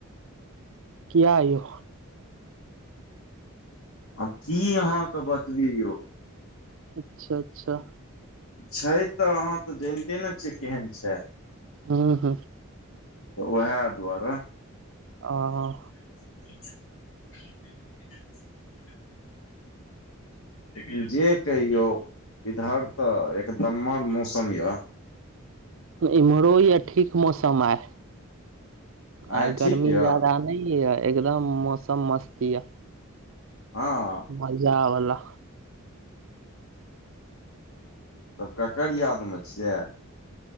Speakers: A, on the right; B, on the left.
A: किए यौ।
B: आब की अहाँके बताबी यौ।
A: अच्छा- अच्छा।
B: छै तऽ, अहाँ तऽ जानिते ने छियै केहन छै।
A: हू- हू।
B: तऽ उएह दुआरे।
A: आहा।
B: <unintelligible> लेकिन जे कहियो, इधर तऽ एकनंबर मौसम ये।
A: इम्हरो या ठीक मौसम आइ।
B: आइ
A: आय गर्मी
B: ठीक यऽ
A: ज्यादा नै य, एकदम मौसम मस्त य।
B: हँ।
A: मजा बला।
B: तब ककर यादमे छियै?